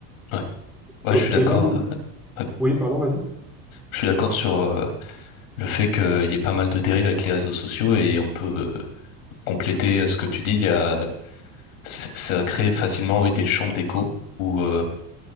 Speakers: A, on the left; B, in the centre.
A: ouais. Ouais,
B: Et,
A: je suis d'accord.
B: et là,
A: euh, ouais.
B: oui, pardon, vas-y.
A: Je suis d'accord sur euh, le fait qu'il y ait pas mal de dérives avec les réseaux sociaux et on peut euh, compléter euh, ce que tu dis. Il y a, c- ça crée facilement oui, des chambres d'écho où, euh,